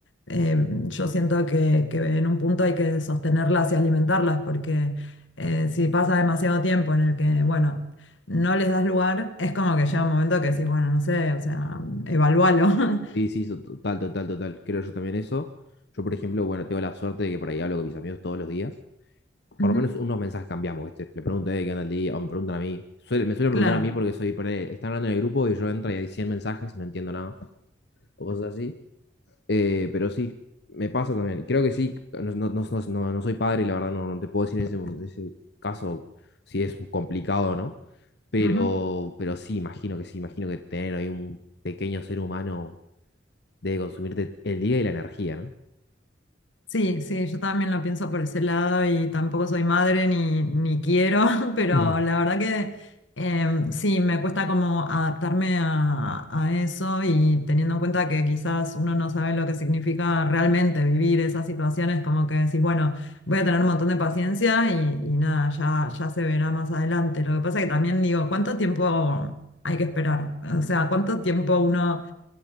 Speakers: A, on the left; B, on the left.
A: eh, yo siento que, que en un punto hay que sostenerlas y alimentarlas porque eh, si pasa demasiado tiempo en el que, bueno, no les das lugar, es como que llega un momento que decís, bueno, no sé, o sea, evalúalo. <laughs>
B: Sí, sí, so- total, total, total. Creo yo también eso. Yo, por ejemplo, bueno, tengo la suerte de que por ahí hablo con mis amigos todos los días.
A: Ujú,
B: Por lo menos unos mensajes cambiamos, ¿viste? Le pregunto, eh, ¿qué onda el día? O me preguntan a mí. Suele- me suelen
A: Claro.
B: preguntar a mí porque soy, ponele, están hablando en el grupo y yo entro y hay 100 mensajes y no entiendo nada. O cosas así. Eh, pero sí, me pasa también. Creo que sí, no, no, no, no, no- no soy padre, la verdad, no, no te puedo decir en ese, en ese caso si es complicado o no. Pero,
A: Ujú.
B: pero sí, imagino que sí, imagino que tener ahí un pequeño ser humano de consumirte el día y la energía, ¿no?
A: Sí, sí, yo también lo pienso por ese lado y tampoco soy madre ni, ni quiero, <laughs> pero
B: Ujú.
A: la verdad que em, sí, me cuesta como adaptarme a, a eso y teniendo en cuenta que quizás uno no sabe lo que significa realmente vivir esas situaciones, como que decís, bueno, voy a tener un montón de paciencia y, y nada, ya, ya se verá más adelante. Lo que pasa que también digo, ¿cuánto tiempo hay que esperar? O sea, ¿cuánto tiempo uno...